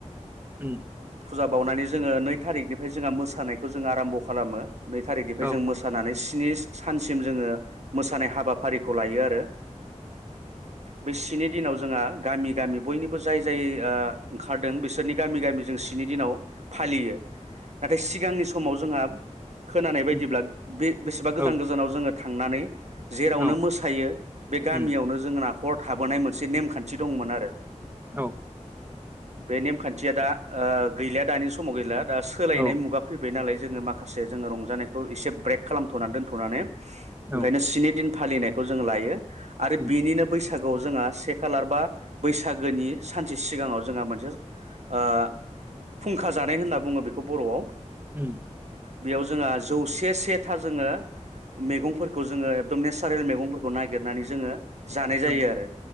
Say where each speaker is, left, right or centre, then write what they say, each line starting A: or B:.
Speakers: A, on the right (about 15°); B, on the right (about 60°).
A: उम
B: फुजा बावनानै जोङो नै थारिखनिफ्राय जोंहा मोसानायखो जोङा आराम्ब खालामो नै थारिखनिफ्राय
A: औ
B: जों मोसानानै स्निस सानस सिम जोङो मोसानाय हाबा फारिखौ लायो आरो बे स्नि दिनाव जोंहा गामि-गामि बयनिबो जाय-जाय आ ओंखारदों बेसोरनि गामि-गामि जों स्नि दिनाव फालियो नाथाय सिगांनि समाव जोंहा खोनानाय बायदिब्ला
A: उम
B: बे बेसेबा
A: औ
B: गोजान-गोजानाव जोङो थांनानै जेरावनो
A: औ
B: मोसायो बे गामियावनो
A: उम
B: जोंना हर थाबोनाय मोनसे नेमखान्थि दंमोन आरो
A: औ
B: बे नेमखान्थिया दा ओ गैलिया दानि समाव गैला दा सोलायनाय
A: औ
B: मुगा फैबाय नालाय जोङो माखासे जोङो रंजानायखौ एसे ब्रेक खालामथ'नानै दोन्थ'नानै
A: औ
B: ओंखायनो स्नि दिन फालिनायखौ जों लायो। आरो
A: उम
B: बेनिनो बैस सागोआव जोंहा से खालार बा बैसागोनि सानसे सिगाङाव जोंहा मोनसेस ओ फुंखा जानाय होनना बुङो बेखौ बर'आव।
A: उम
B: बेयाव जोंहा जौसे सेथा जोङो मेगंफोरखौ जोङो एकदम नेचारेल मेगंफोरखौ नागिरनानै जोङो जानाय
A: औ
B: जायो आरो